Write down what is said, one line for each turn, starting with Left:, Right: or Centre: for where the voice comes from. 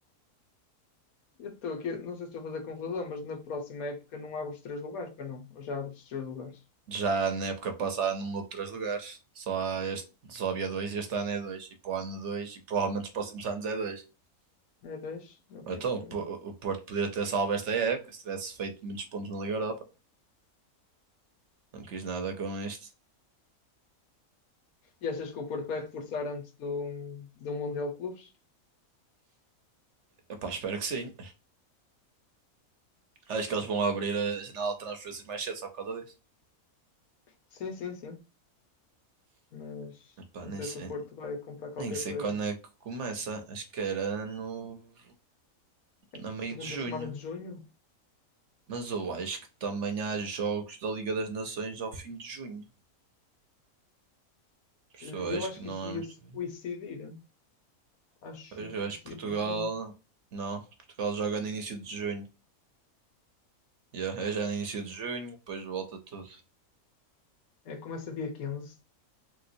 Left: Eu estou aqui, não sei se estou a fazer confusão, mas na próxima época não abro os três lugares, pois não? Ou já abro os três lugares?
Right: Já na época passada não houve três lugares, só, há este, só havia dois e este ano é dois, e para o ano dois, e provavelmente os próximos anos é dois.
Left: É dez Ok,
Right: Então,
Left: tem.
Right: o Po- o Porto poderia ter salvo esta época se tivesse feito muitos pontos na Liga Europa. Não quis nada com isto.
Left: E achas que o Porto vai reforçar antes do, do Mundial de Clubes?
Right: Epá, espero que sim. Acho que eles vão abrir a janela de transferências mais cedo só por causa disso.
Left: Sim, sim, sim. Mas
Right: Epá,
Left: não
Right: nem
Left: sei
Right: sei,
Left: se o Porto vai comprar qualquer
Right: nem sei
Left: coisa.
Right: quando é que começa. Acho que era no.
Left: Bem,
Right: na
Left: segunda
Right: meio de junho.
Left: semana de junho?
Right: Mas eu
Left: é.
Right: acho que também há jogos da Liga das Nações ao fim de junho. Por isso
Left: E
Right: eu
Left: eu
Right: acho
Left: acho
Right: que não
Left: que isso
Right: é
Left: ia
Right: muito.
Left: se coincidir. Acho
Right: Pois Eu
Left: que
Right: acho
Left: isso
Right: que
Left: ia
Right: Portugal.
Left: coincidir.
Right: Não, Portugal joga no início de junho. Yeah, é já no início de junho, depois volta tudo.
Left: É, começa dia 15